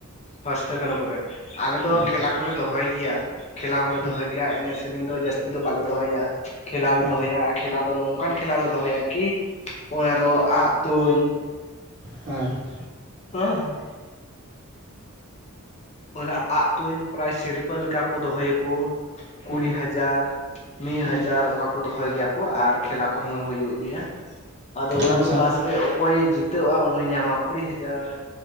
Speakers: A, on the left; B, on the right.
A: ᱦᱚᱥᱴᱮ ᱠᱟᱱᱩ ᱠᱚᱨᱮ ᱟᱞᱮ ᱫᱚ
B: ᱦᱩᱸ
A: ᱠᱷᱮᱞᱟ ᱠᱚᱞᱮ ᱫᱚᱦᱚᱭ ᱜᱮᱭᱟ ᱠᱷᱮᱞᱟ ᱦᱚᱸᱞᱮ
B: ᱦᱩᱸ
A: ᱫᱚᱦᱚᱭ ᱜᱮᱭᱟ ᱮᱱᱮᱡ ᱥᱮᱨᱮᱧ ᱫᱚ ᱡᱟᱹᱥᱛᱤ ᱫᱚ ᱵᱟᱞᱮ ᱫᱚᱦᱚᱭ-ᱟ, ᱠᱷᱮᱞᱟ ᱞᱮ
B: ᱦᱮᱸ
A: ᱫᱚᱦᱚᱭᱟ ᱠᱷᱮᱞᱟ ᱫᱚ ᱱᱚᱝᱠᱟᱱ ᱠᱷᱮᱞᱟ ᱞᱮ ᱫᱚᱦᱚᱭᱟ ᱠᱤ ᱚᱱᱟ ᱫᱚ ᱟᱜ ᱛᱩᱧ,
B: ᱦᱮᱸ ᱾
A: <unintelligible> ᱦᱮᱸ ᱾ ᱯᱩᱨᱟᱹ ᱟᱜ ᱛᱩᱧ ᱯᱟᱨᱟᱡᱽ ᱥᱤᱨᱯᱟᱹ ᱞᱮᱠᱟ ᱠᱚ ᱫᱚᱦᱚᱭᱟ ᱠᱚ ᱾ ᱠᱩᱲᱤ
B: ᱦᱩᱸ
A: ᱦᱟᱡᱟᱨ, ᱢᱤᱫ
B: ᱦᱩᱸ
A: ᱦᱟᱡᱟᱨ ᱚᱱᱠᱟ ᱠᱚ ᱫᱚᱦᱚᱭ ᱜᱮᱭᱟ ᱠᱚ, ᱟᱨ ᱠᱷᱮᱞᱟ ᱠᱚᱦᱚᱸ ᱦᱩᱭᱩᱜ ᱜᱮᱭᱟ ᱟᱫᱚ ᱚᱱᱟ
B: ᱟᱪᱪᱷᱟ
A: ᱫᱚ ᱞᱟᱥ ᱨᱮ ᱚᱠᱚᱭᱮ ᱡᱤ ᱛᱟᱹᱜᱼᱟ ᱩᱱᱤ ᱧᱟᱢᱟ ᱠᱩᱲᱤ ᱦᱟᱡᱟᱨ ᱾